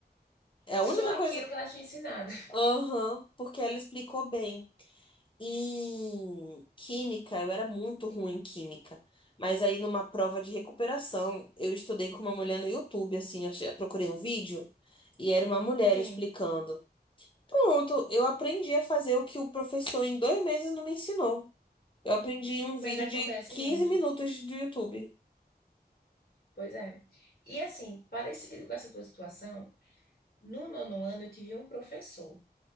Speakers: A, on the left; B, on the left.
A: É a
B: só
A: única
B: aquilo
A: coisa.
B: que ela tinha ensinado. <laughs>
A: Aham, porque ela explicou bem. Em química, eu era muito ruim em química. Mas aí, numa prova de recuperação, eu estudei com uma mulher no YouTube, assim, achei- procurei um vídeo e era uma mulher
B: Sim,
A: explicando. Pronto, eu aprendi a fazer o que o professor em dois meses não me ensinou. Eu aprendi em um vídeo
B: mas acontece
A: de 15
B: muito.
A: minutos do YouTube.
B: Pois é. E assim, parecido com essa tua situação, no nono ano eu tive um professor.